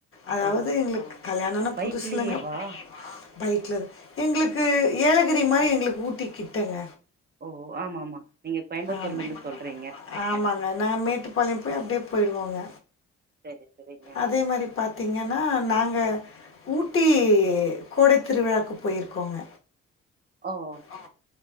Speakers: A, on the left; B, on the right.
A: அதாவது
B: ஓ
A: எங்களுக்கு கல்யாணான
B: பைக்லயேவா
A: புதுசுலங்க பைக்லலே வா பைக்ல எங்களுக்கு ஏலகிரி மாரி எங்களுக்கு ஊட்ட கிட்டங்க
B: ஓ ஆமா ஆமா நீங்க கோயம்புத்தூர்ல
A: ஆமா
B: இருந்து சொல்றீங்க
A: ஆமா நீங்க கோயம்புத்தூர்ல இருந்து சொல்றீங்கநாங்க ஆமாங்க நாங்க நேத்து பண்ணிட்டு அப்டியே போயிடுவாங்க
B: சரி சரிங்க
A: அதே மாதிரி பாத்தீங்கன்னா நாங்க அங்க ஊட்டி கோடை திருவிழாக்கு போயிருக்கோங்க
B: ஆஹ
A: ஹ